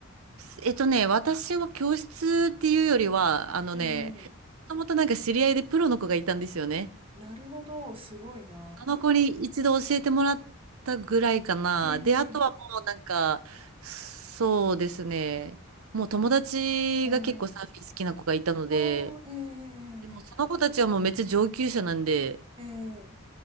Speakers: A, on the right; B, on the right.
A: す。えっとね、私は教室っていうよりは、あのね、
B: えー、
A: もともとなんか知り合いでプロの子がいたんですよね。
B: なるほど、すごいな。
A: あの子に一度教えてもらったぐらいかな。
B: えー
A: で、あとはもうなんか、そうですね。もう友達が結構サーフィン好きな子がいたので、
B: ええああ、ええ
A: でもその子たちはもうめっちゃ上級者なんで、
B: ええええ